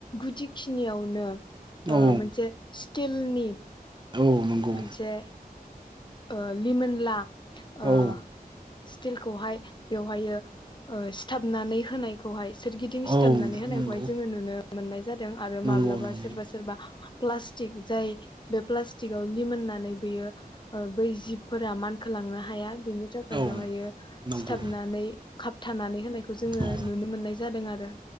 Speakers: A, on the left (about 30°); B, on the right (about 30°).
A: गुदि खिनियावनो ओ
B: औ
A: मोनसे सित टिलनि
B: औ नंगौ
A: मोनसे ओ लिमोनला
B: औ
A: ओ स्टिलखौहाय बेवहायो ओ सिथाबनानै होनाय खौहाय सोरगिदिं सिथाबनानै
B: औ
A: होनायखौहाय
B: नंगौ
A: जोङो नुनो मोन्नाय जादों आरो
B: नंगौ
A: माब्लाबा
B: नंगौ
A: सोरबा सोरबा प्लास्टिक जाय बे प्लास लिगाव लिमोनानै बेयो ओ बै जिब फोरा खोलांनो हाया बेनि थाखाय
B: औ
A: बेवहायो
B: नंगौ
A: सिथाबनानै खाबथानानै होनायखौ जोङो
B: औ
A: नुनो मोननाय जादों आरो